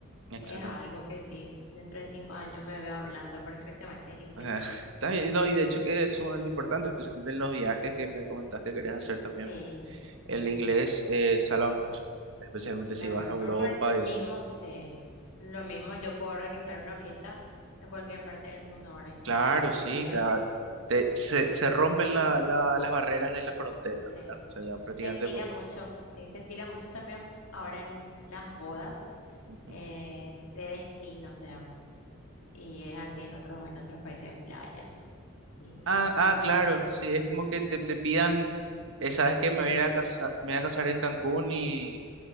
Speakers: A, on the right; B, on the left.
A: Exactamente.
B: Es algo que sí, dentro de cinco años me veo hablando perfectamente el inglés.
A: Ah, <laughs> Está bien, no, y de hecho que es sumamente importante, especialmente en los viajes que me comentas que querías hacer también.
B: Sí,
A: el
B: sí.
A: inglés eh, salva mucho, especialmente si
B: También
A: vas a Europa
B: por, por el mismo,
A: y eso.
B: sí. Lo mismo, yo puedo organizar una fiesta en cualquier parte del mundo ahora. y
A: Claro, sí,
B: Si tengo...
A: te, da- te- se, se rompen la-
B: por-
A: la- las barreras de la frontera,
B: Sí.
A: ¿verdad? O sea, ya prácticamente...
B: Se estila
A: po-
B: mucho, sí, se estila mucho también ahora en las bodas
A: Ujú.
B: eh, de destino se llama. Y es así en otros, en otros países, en playas. Y
A: Ah, ah,
B: bueno,
A: claro, sí, es como que te, te pidan, eh, ¿sabes que Me voy a ir a casa- me voy a casar en Cancún y,